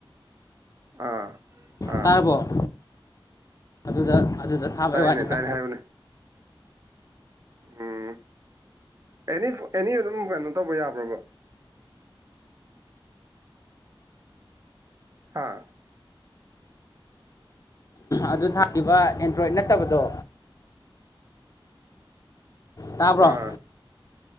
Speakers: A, on the right (about 35°); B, on the left (about 40°).
A: ꯑꯥ ꯑꯥ
B: ꯇꯥꯔꯕꯣ ꯑꯗꯨꯗ ꯑꯗꯨꯗ ꯊꯥꯕꯩ
A: ꯇꯥꯏꯅꯦ
B: ꯋꯥꯅꯤꯗ
A: ꯇꯥꯏꯅꯦ ꯍꯥꯏꯌꯨꯅꯦ ꯎꯝ ꯑꯦꯅꯤ ꯑꯦꯅꯤ ꯑꯗꯨꯝ ꯀꯩꯅꯣ ꯇꯧꯕ ꯌꯥꯕ꯭ꯔꯕ ꯍꯥꯥ
B: ꯑꯗꯨ ꯊꯥꯈꯤꯕ ꯑꯦꯟꯗ꯭ꯔꯣꯏꯗ ꯅꯠꯇꯕꯗꯣ ꯇꯥꯕꯔꯣ
A: ꯑꯥ